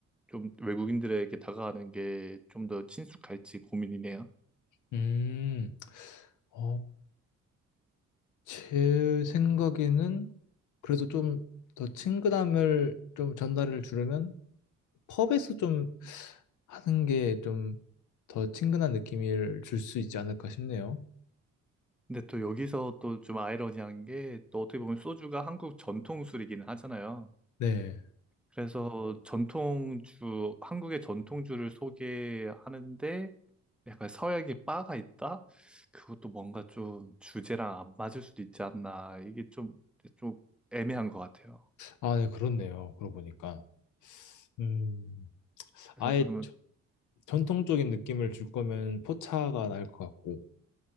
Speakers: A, in the centre; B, on the left.
A: 좀 외국인들에게 다가가는 게 좀 더 친숙할지 고민이네요.
B: 음, 어, 제 생각에는 그래도 좀 더 친근함을 좀 전달을 주려면 펍에서 좀 하는 게 좀 더 친근한 느낌을 줄 수 있지 않을까 싶네요.
A: 근데 또 여기서 또 좀 아이러니한 게 또 어떻게 보면 소주가 한국 전통술이기는 하잖아요.
B: 네.
A: 그래서 전통주, 한국의 전통주를 소개하는데 약간 서양의 바가 있다? 그것도 뭔가 좀 주제랑 안 맞을 수도 있지 않나. 이게 좀, 좀 애매한 것 같아요.
B: 아, 네, 그렇네요. 그러고 보니까. 음,
A: 그래서
B: 아예
A: 그러면
B: 전통적인 느낌을 줄 거면 포차가 나을 것 같고.